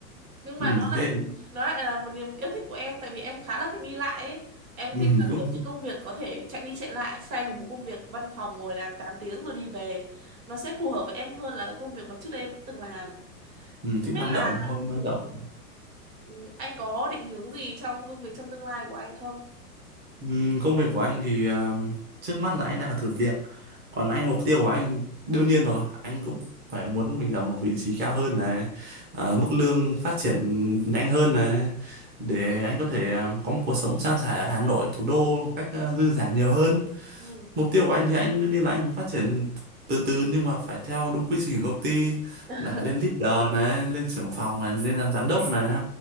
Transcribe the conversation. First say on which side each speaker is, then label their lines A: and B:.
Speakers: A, on the right (about 60°); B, on the right (about 20°).
A: nhưng mà
B: ừ
A: nó lại
B: thế
A: nó lại là một niềm yêu thích của em tại vì em khá là thích đi lại ấy em
B: ừ,
A: thích là
B: cũng
A: kiểu những công việc có thể chạy đi chạy lại thay vì một công việc văn phòng ngồi làm 8 tiếng rồi đi về nó sẽ phù hợp với em hơn là cái công việc mà trước đây em đã từng làm
B: ừ, thích
A: không biết
B: năng động
A: là
B: thôi năng
A: ừ,
B: động
A: ừ, anh có định hướng gì trong công việc trong tương lai của anh không
B: ừ, công việc của anh thì à, trước mắt là anh đang ở thử việc còn anh mục tiêu của anh đương nhiên rồi anh cũng phải muốn mình ở một vị trí cao hơn này à, mức lương phát triển nhanh hơn này để
A: ừ.
B: anh có thể à, có một cuộc sống sang sẻ ở Hà Nội thủ đô một cách à, dư dả nhiều hơn
A: Ừ.
B: mục tiêu của anh thì anh đương nhiên là anh muốn phát triển từ từ nhưng mà phải theo đúng quy trình của công ty
A: <laughs>
B: là phải lên leader này lên trưởng phòng này lên làm giám đốc này